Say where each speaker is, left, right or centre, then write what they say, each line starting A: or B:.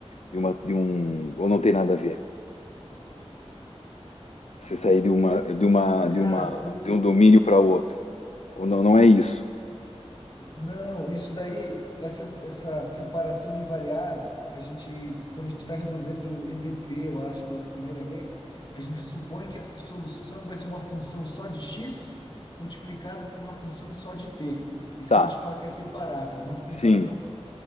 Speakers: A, on the left; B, on the left.
A: de uma, de um, ou não tem nada a ver. Você sair de uma, de uma, de
B: cara,
A: uma,
B: o,
A: de um domínio
B: e-
A: para outro. Ou não, não é isso.
B: não, isso daí, essa, essa separação de variável, a gente, quando a gente está resolvendo EDP, eu acho, pela primeira vez, a gente supõe que a solução vai ser uma função só de x multiplicada por uma função só de t. Isso
A: Tá.
B: que a gente fala que é separável, multiplicação,
A: Sim,